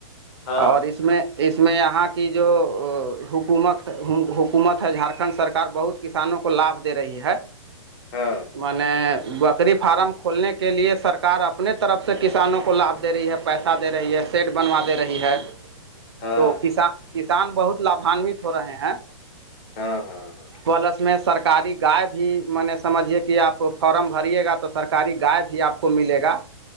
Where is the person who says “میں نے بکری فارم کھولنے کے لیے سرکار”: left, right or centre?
Right